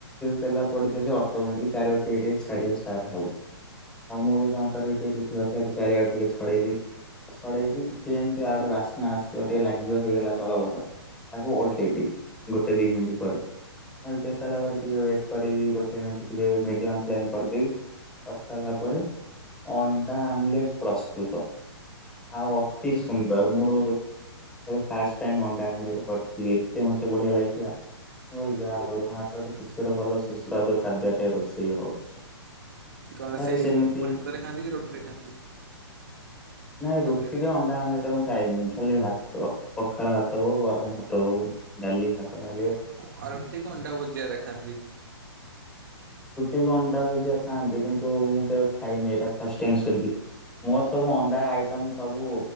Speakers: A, in the centre; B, on the right.
A: ତେଲ- ପଡ଼ିଥିବ ସେ ଅଟୋମେଟିକ୍ ଚାରିଆଡ଼େ ଟିକେ ଟିକେ ଛାଡ଼ିବା ଷ୍ଟାର୍ଟ ହବ । ଆଉ ମୁଁ ବି କଣ କରେକି ଟିକେ ଚାରିଆଡ଼େ ଟିକେ ଛଡ଼େଇଦି ଛଡ଼େଇକି ଟିକେ ଏମିତି ଆଉ ଗୋଟେ ବାସ୍ନା ଆସିବ ଟିକେ ଲାଗିବ ହେଇଗଲା ତଳବଟର ତାକୁ ଓଲଟେଇ ଦେବି। ଗୋଟେ ଦୁଇ ମିନିଟ୍ ପରେ ଓଲଟେଇ ସାରିଲା ପରେ ଟିକେ ୱେଟ୍। କରିକି ଗୋଟେ ଟିକେ ମିଡି଼ୟମ୍ ଫ୍ଲେମ୍ କରିଦେବି। କରି ସାରିଲା ପରେ ଅଣ୍ଡା ଆମଲେଟ ପ୍ରସ୍ତୁତ। ଆଉ ଅତି ସୁନ୍ଦର ମୋର ଫାସ୍ଟ ଅଣ୍ଡା ଆବଲେଟ୍ କରିଥିଲି ଏତେ ମତେ ବଢିଆ ଲାଗିଥିଲା ମୁଁ କହିଲି ଯହା ହୋଉ ମୋ ହାତରେ କିଛି ଗୋଟେ ଭଲ- ସୁସ୍ୱାଦୁ ଖାଦ୍ୟ ଟେ ରୋଷେଇ ହଉଛି।
B: କଣ
A: ତାରେ
B: ସେଇ
A: ସେମିତି
B: ଭାତରେ ଖାଆନ୍ତି କି ରୁଟି ରେ ଖାଆନ୍ତି।
A: ନାଇଁ ରୁଟିରେ
B: ଆମଲେଟ
A: ଅଣ୍ଡା ଆବଲେଟ୍ ମୁଁ ଖାଏ। ଖାଇନି ଖାଲି ଭାତ ପଖାଳ ଭାତ ହଉ ଗରମ ଭାତ ହଉ ଡାଲି ଭାତ ଖାଏ।
B: ଆଉ ରୁଟି କୁ ଅଣ୍ଡା ଭୁଜିଆରେ ଖାନ୍ତି।
A: ରୁଟିକୁ ଅଣ୍ଡା ହୁଜିଆ ଖାଆନ୍ତି କିନ୍ତୁ ମୁଁ କେବେ ଖାଇନି ଏଇଟା ଫାଷ୍ଟ ଟାଇମ୍ ଶୁଣିଲି ମୋର ସବୁ ଅଣ୍ଡା ଆଇଟମ ସବୁ